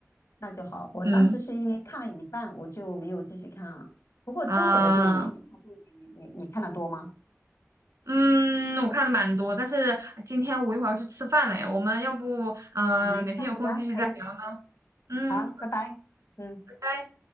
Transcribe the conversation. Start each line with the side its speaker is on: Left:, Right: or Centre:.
Left: 那就好。我当时是因为看了一半，
Right: 嗯
Left: 我就没有继续看了。不过中国的电影，
Right: 啊，
Left: 中国电影你你你看的多吗？
Right: 嗯，我看的蛮多，但是哎今天我一会儿要去吃饭了呀，我们要不嗯、
Left: 我们下次聊，
Right: 呃哪天有空继续再聊？
Left: 可以，
Right: 嗯，
Left: 好，拜拜，嗯。
Right: 拜拜。